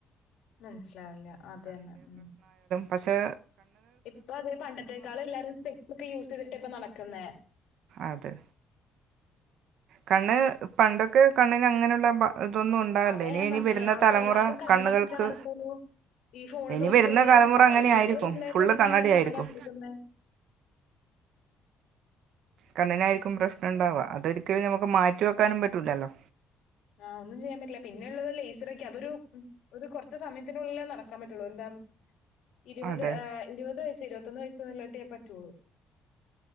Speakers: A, on the left (about 75°); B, on the right (about 75°).
A: മനസ്സിലാവില്ല അതന്നെ ഉം
B: പഷെ
A: ഇപ്പൊ അതെ പണ്ടത്തെക്കാളും എല്ലാരും സ്പെക്സ് ഒക്കെ യൂസ് ചെയ്തിട്ടാ ഇപ്പ നടക്കുന്നേ.
B: അതെ കണ്ണ് പണ്ടൊക്കെ കണ്ണിന് അങ്ങനെയുള്ള <unintelligible> ഉണ്ടാവില്ല
A: അതാ
B: ഇനി
A: ഞാൻ
B: ഇനി
A: പറഞ്ഞത്
B: വരുന്ന
A: ആൾക്ക്
B: തലമുറ
A: എല്ലാരും കണ്ണട
B: കണ്ണുകൾക്ക്
A: വെച്ചിട്ടാ നടക്കുള്ളൂ, ഈ ഫോണ്
B: ഇനി
A: തോണ്ടി
B: വരുന്ന
A: തോണ്ടി
B: തലമുറ
A: <unintelligible>
B: അങ്ങനെ ആയിരിക്കും
A: ചെറിയ പിള്ളേര്
B: ഫുള്ള്
A: തുടങ്ങിയാണ്
B: കണ്ണടയായിരിക്കും
A: കണ്ണട വെച്ചിക്കുന്നെ.
B: കണ്ണിനായിരിക്കും പ്രശ്നണ്ടാവാ, അതൊരിക്കലും നമുക്ക് മാറ്റി വെക്കാനും പറ്റൂലല്ലോ.
A: ആഹ് ഒന്നും ചെയ്യാൻ പറ്റില്ല പിന്നെള്ളത് ലേസറൊക്കെയാ അതൊരു ഉം ഒരു കൊറച്ച് സമയത്തിനുള്ളിലേ നടക്കാൻ പറ്റുള്ളൂ എന്താ ഇരുപത്
B: അതെ
A: ഏഹ് ഇരുപത് വയസ്സ് ഇരുപത്തൊന്ന് വയ ചൊല്ലട്ടിയേ പറ്റുള്ളൂ